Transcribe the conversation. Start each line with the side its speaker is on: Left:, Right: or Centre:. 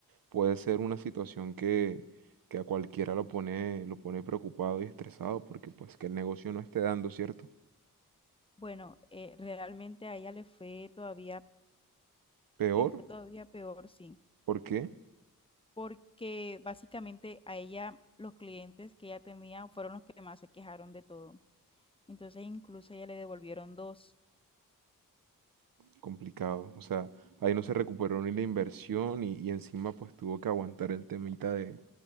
Right: puede ser una situación que, que a cualquiera lo pone, lo pone preocupado y estresado porque pues que el negocio no esté dando, ¿cierto?
Left: Bueno, eh, realmente a ella le fue todavía,
Right: Peor,
Left: le fue todavía peor, sí,
Right: ¿por qué?
Left: porque básicamente a ella los clientes que ella tenía fueron los que más se quejaron de todo. Entonces incluso a ella le devolvieron dos.
Right: Complicado. O sea, ahí no se recuperó ni la inversión y, y encima pues tuvo que aguantar el temita de,